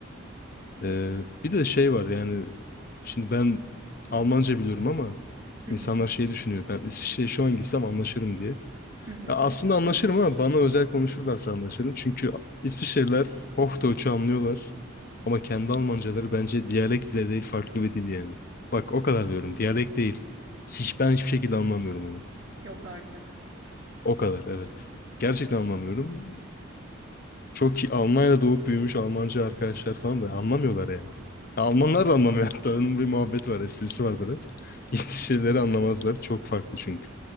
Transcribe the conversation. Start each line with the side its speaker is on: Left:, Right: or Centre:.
Left: Ee, bir de şey var yani şimdi ben Almanca biliyorum ama
Right: <laughs> Hı
Left: insanlar
Right: hı,
Left: şey düşünüyor. Ben İsviçre'ye şu an gitsem anlaşırım diye.
Right: hı hı.
Left: Ya aslında anlaşırım ama bana özel konuşurlarsa anlaşırım. Çünkü İsviçreliler Hochdeutsch'u anlıyorlar. Ama kendi Almancaları bence diyalekt bile değil farklı bir dil yani. Bak o kadar diyorum diyalekt değil. Hiç ben hiçbir şekilde anlamıyorum onu.
Right: Yok artık.
Left: O kadar evet. Gerçekten anlamıyorum. Çok iyi. Almanya'da doğup büyümüş Almancı arkadaşlar falan da anlamıyorlar yani. Almanlar da anlamıyor hatta. Onun bir muhabbet var, esprisi var böyle. <laughs> İngilizce şeyleri anlamazlar. Çok farklı çünkü.